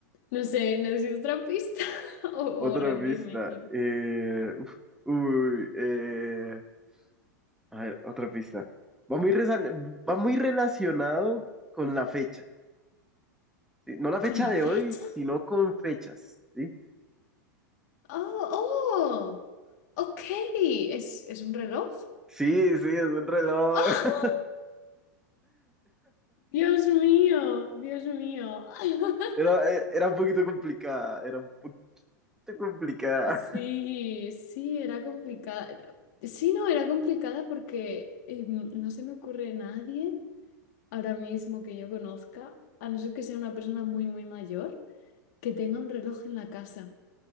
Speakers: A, on the left (about 60°); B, in the centre.
A: no sé, necesito otra pista <laughs> o,
B: otra
A: o rendirme.
B: pista.
A: y-
B: Eh, uf, uy, eh, a ver, otra pista. Va muy, resal- va muy relacionado con la fecha. ¿sí? No la fecha
A: ¿Con la
B: de
A: fecha?
B: hoy, sino con fechas. ¿sí?
A: Oh, oh, ok. ¿Es, es un reloj?
B: Sí, sí, es un reloj.
A: <laughs> ¡Ah! Dios mío, Dios mío. <laughs>
B: Era, e- era un poquito complicada, era un poquito complicada.
A: Sí,
B: <laughs>
A: sí, era complicada. Sí, no, era complicada porque eh, no se me ocurre nadie ahora mismo que yo conozca, a no ser que sea una persona muy, muy mayor, que tenga un reloj en la casa,